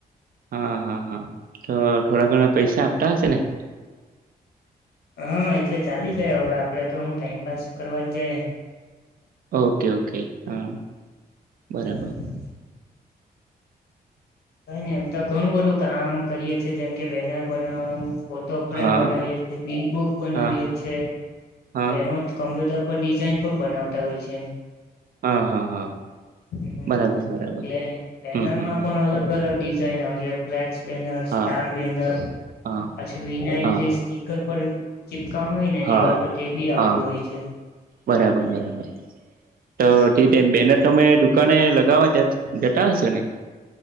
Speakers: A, on the right (about 60°); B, on the left (about 80°).
A: હા હા હા તો થોડા ઘણા પૈસા આપતા હશે ને?
B: હા એટલે ચાલી જાય હવે આપડે તો હું ટાઈમપાસ કરવા જ જાય.
A: ઓકે ઓકે હા.
B: હમ્મ.
A: બરાબર
B: કઈ ને એમ તો ઘણું બધું કામ કરીએ છે જેમ કે બેનર બનાવવાનું ફોટો ફ્રેમ
A: હા
B: બનાવીએ છે, બીલ બુક બનાવીએ
A: હા
B: છે
A: હા
B: એમજ કમ્પ્યુટર પર ડિઝાઇન પણ બનાવતા હોય છે.
A: હા હા હા
B: હમ્મ
A: બરાબર બરાબર
B: એટલે બેનર
A: હમ હમ
B: માં
A: હમ
B: પણ અલગ અલગ અલગ ડિઝઇન આવ ફ્લેક્સ બેનર,
A: હા
B: સ્ટાર બેનર
A: હા
B: પછી વિનાયલ
A: હા
B: જે સ્ટ ઘર પર ચીપકાવનું હોય ને
A: હા
B: દિવાલ પર તે બી આવતું
A: હા
B: હોય છે.
A: બરાબર બરાબર, તો તે બેનર તમે દુકાને લગાવવા જ જતા હશો ને,